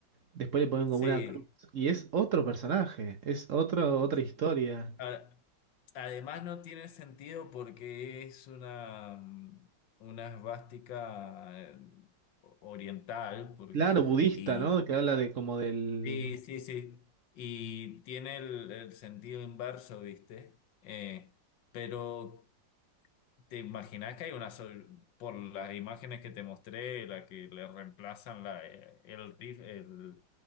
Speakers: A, on the right (about 55°); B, on the left (about 75°).
A: Después le ponen
B: Sí.
A: como una cruz. Y es otro personaje, es otro, otra
B: sí.
A: historia.
B: A- Además, no tiene sentido porque es una. Una esvástica eh, oriental. por-
A: Claro, budista,
B: y
A: ¿no? Que habla de como del...
B: Sí, sí, sí. Y tiene el, el sentido inverso, ¿viste? Eh, pero te imaginas que hay una sol- por las imágenes que te mostré, la que le reemplazan la, eh, el rif- el-